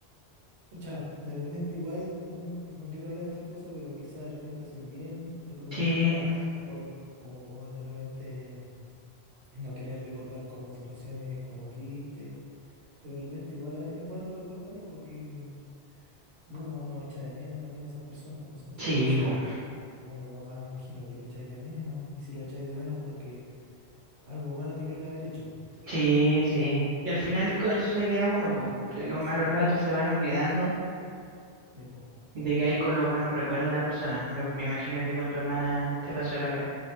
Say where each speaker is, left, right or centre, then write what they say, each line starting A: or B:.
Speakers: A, on the right; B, on the right.
A: Pucha, de repente igual uno no quiere hablar de estas cosas, pero quizás de repente hacen bien, porque uno
B: Sí,
A: nunca la habla por, como por de repente no querer recordar como situaciones como tristes, pero de repente igual es bueno recordarlo porque, bueno, uno echa de menos también a esas personas, pues, o sea, si
B: sí,
A: tú me dices,
B: po.
A: segundo papá, me imagino que lo echáis de menos, y si lo echáis de menos porque algo bueno tiene que haber hecho, po.
B: Sí, sí. Y al final con eso se queda uno, po. Eh, Los
A: Exacto,
B: malos ratos se van olvidando
A: sí, po.
B: y te quedas con los buenos recuerdos de la persona. Yo me imagino que con tu hermana te pasó lo mismo.